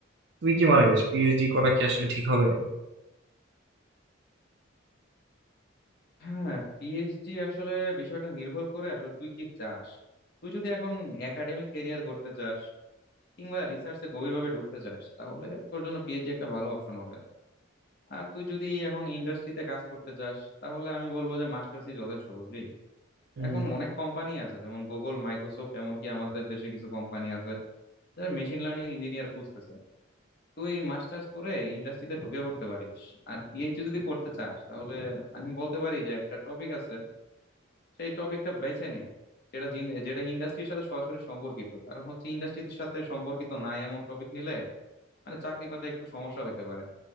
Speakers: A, on the right; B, on the left.
A: তুই কি মনে করিস পিএইচডি করা কি আসলে ঠিক হবে
B: হ্যাঁ পিএইচডি আসলে বিষয়টা নির্ভর করে আসলে তুই কি চাস তুই যদি এখন একাডেমিক ক্যারিয়ার করতে চাস কিংবা রিসার্চে গভীরভাবে ঢুকতে চাস তাহলে তোর জন্য পিএইচডি একটা ভালো অপশন হবে আর তুই যদি এখন ইন্ডাস্ট্রিতে কাজ করতে চাস তাহলে আমি বলবো যে মাস্টার্সই যথেষ্ট বুঝলি
A: হুম,
B: এখন অনেক কোম্পানি আছে যেমন গুগল মাইক্রোসফট এমনকি আমাদের দেশে কিছু কোম্পানি আছে যারা মেশিন লার্নিং ইঞ্জিনিয়ার খুঁজতেছে তুই মাস্টার্স করে ইন্ডাস্ট্রিতে ঢুকে পড়তে পারিস আর পিএইচডি যদি করতে চাস তাহলে আমি বলতে পারি যে একটা টপিক আছে সেই টপিকটা বেছে নে যেটা জিন- যেটা ইন্ডাস্ট্রির সাথে সরাসরি সম্পর্কিত কারণ হচ্ছে ইন্ডাস্ট্রির সাথে সম্পর্কিত না এমন টপিক নিলে মানে চাকরি পাতে একটু সমস্যা হইতে পারে